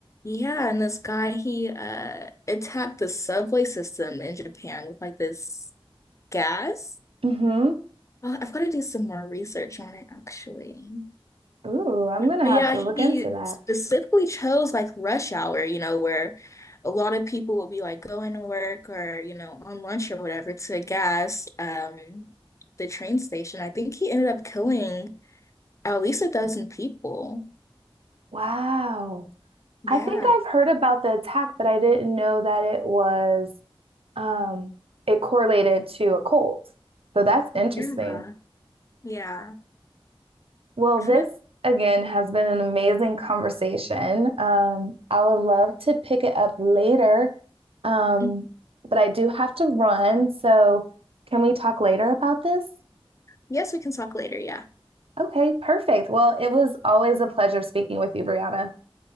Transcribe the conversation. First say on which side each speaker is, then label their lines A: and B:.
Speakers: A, on the left; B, on the right.
A: Yeah, and this guy he uh attacked the subway system in Japan with like this gas.
B: hmm
A: Uh, I've got to do some more research on it actually.
B: Ooh, I'm gonna
A: But
B: have
A: yeah,
B: to
A: he
B: look into that.
A: specifically chose like rush hour, you know, where a lot of people will be like going to work or, you know, on lunch or whatever to gas um the train station. I think he ended up killing at least a dozen people.
B: Wow.
A: Yeah.
B: I think I've heard about the attack, but I didn't know that it was um it correlated to a cult. So that's interesting.
A: Yeah. Yeah.
B: Well,
A: I
B: this
A: forget.
B: again has been an amazing conversation. Um, I would love to pick it up later, um,
A: Mhm.
B: but I do have to run. So, can we talk later about this?
A: Yes, we can talk later. Yeah.
B: Okay, perfect. Well, it was always a pleasure speaking with you, Brianna.